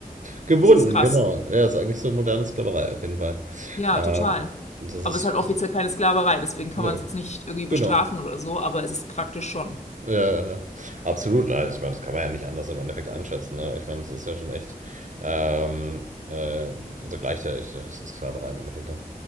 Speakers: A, on the right; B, on the left.
A: Gebunden,
B: Das ist krass.
A: genau. Ja, ist eigentlich so moderne Sklaverei auf jeden Fall.
B: Ja,
A: Ähm,
B: total.
A: das ist
B: Aber es ist halt offiziell keine Sklaverei, deswegen kann
A: ne,
B: man es jetzt nicht irgendwie bestrafen
A: genau.
B: oder so, aber es ist praktisch schon.
A: Ja, ja, ja. Absolut. Also, ich meine, das kann man ja nicht anders im Endeffekt einschätzen, ne? Ich meine, das ist ja schon echt, ähm, äh, also gleicht ja echt das ist Sklaverei im Endeffekt dann.